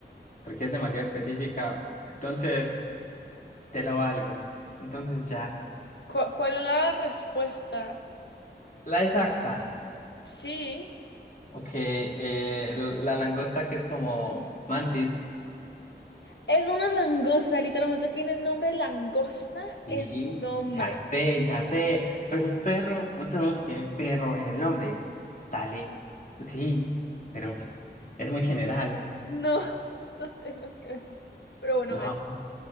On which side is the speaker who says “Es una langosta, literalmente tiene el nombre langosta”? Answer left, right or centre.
Left